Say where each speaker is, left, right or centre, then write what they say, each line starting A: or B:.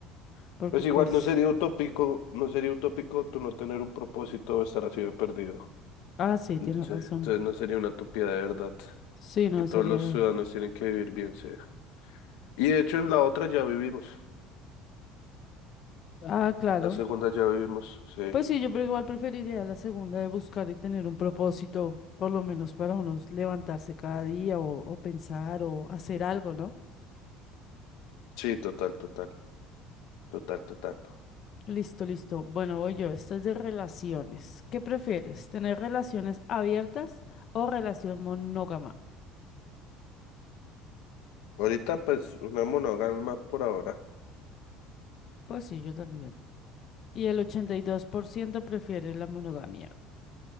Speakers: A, on the left; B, on the left.
A: porque
B: Pues
A: pues,
B: igual no sería utópico, no sería utópico tú no tener un propósito o estar así de perdido.
A: ah, sí,
B: Mm,
A: tiene
B: Sí,
A: razón.
B: entonces no sería una utopía de verdad,
A: Sí, no,
B: que todos
A: sería...
B: los ciudadanos tienen que vivir bien, sí. Y de hecho en la otra ya vivimos,
A: Ah, claro,
B: la segunda ya vivimos, sí.
A: Pues sí, yo pero igual preferiría la segunda de buscar y tener un propósito, por lo menos para unos levantarse cada día o, o pensar o hacer algo, ¿no?
B: Sí, total, total, total, total.
A: Listo, listo. Bueno, voy yo, esto es de relaciones. ¿Qué prefieres? ¿Tener relaciones abiertas o relación monógama?
B: Ahorita pues una monógama por ahora.
A: Pues sí, yo también. Y el 82% prefiere la monogamia.